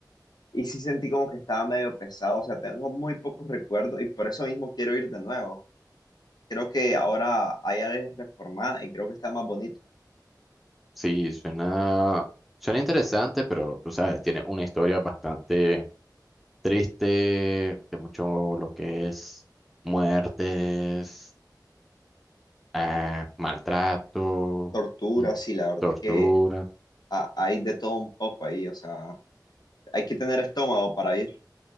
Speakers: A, on the left; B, in the centre.
A: Y sí sentí como que estaba medio pesado, o sea, tengo muy pocos recuerdos y por eso mismo quiero ir de nuevo. Creo que ahora hay áreas reformadas y creo que está más bonito.
B: Sí, suena, suena interesante, pero tú sabes, tiene una historia bastante triste, de mucho lo que es muertes, eh, maltrato,
A: Tortura,
B: mm,
A: sí, la verdad
B: tortura.
A: es que ha- hay de todo un poco ahí, o sea, hay que tener estómago para ir,